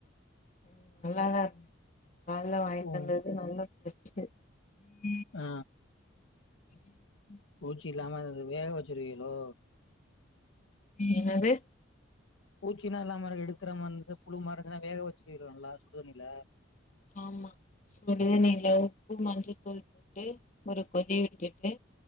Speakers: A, on the left; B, on the left.
A: ம் நல்லாதா இருந்துச்சு கால்ல வாங்கிட்டு
B: ம்
A: வந்து <unintelligible> நல்லஸ் <inaudible>
B: ஆ
A: <inaudible>
B: பூச்சி இல்லாம வேக வெச்சுருவீலோ
A: என்னது
B: பூச்சின்னா எல்லா மேல இருக்குற எடுக்குற மாரிந்தா புழு மாரிதான வேக வெச்சுட்டு <unintelligible> சுடுதண்ணில
A: ஆமா சுடு தண்ணீல உப்பு மஞ்சள்த்தூள் போட்டு ஒரு கொதி விட்டுட்டு